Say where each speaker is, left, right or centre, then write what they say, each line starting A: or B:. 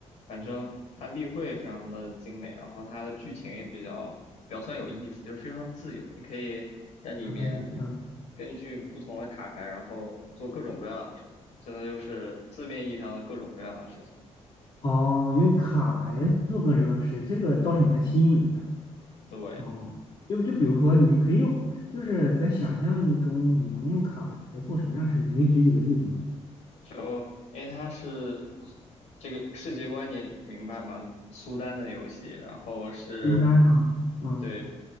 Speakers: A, on the left; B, on the left.
A: 反正它立绘非常的精美，然后它的剧情也比较比较算有意思，就是非常自由。你可以在里面
B: 卡牌游戏啊？
A: 根据不同的卡牌，然后做各种各样的事情，真的就是字面意义上的各种各样的事情。
B: 哦，用卡牌做个人的事，这个倒是蛮新颖的。
A: 对，
B: 哦，就就比如说，你可以用，就是在想象中，你能用卡牌来做什么样的事情？你可以举几个例子吗？
A: 就因为它是这个世界观你明白吗？苏丹的游戏，然后是
B: 苏丹啊，嗯
A: 对